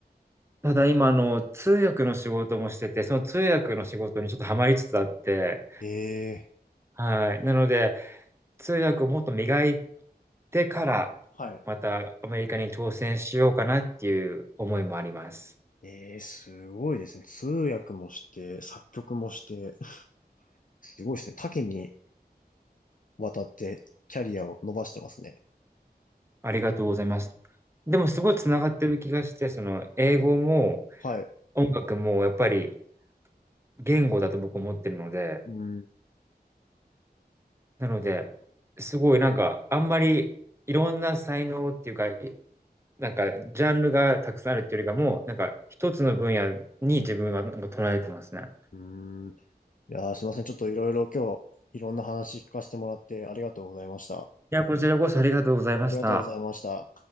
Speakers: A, on the right; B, on the left.
A: ただ今、あの、通訳の仕事もしてて、その通訳の仕事にちょっとハマりつつあって、
B: ええ
A: はい。なので、通訳をもっと磨いてから、
B: はい。
A: またアメリカに挑戦しようかなっていう思いもあります。
B: ええすごいですね。通訳もして、作曲もして、すごいですね。多岐にわたってキャリアを伸ばしてますね。
A: ありがとうございます。でもすごいつながってる気がして、
B: は
A: その英語も、
B: あはい。
A: 音楽もやっぱり言語だと僕思ってるので、
B: うん。
A: なので、すごいなんかあんまりいろんな才能っていうか、なんかジャンルがたくさんあるっていうよりかも、なんか一つの分野に自分はなんか捉えてますね。
B: うんいやー、すいません。ちょっといろいろ今日、いろんな話聞かせてもらってありがとうございました。
A: いや、こちらこそありがとうございました。
B: ありがとうございました。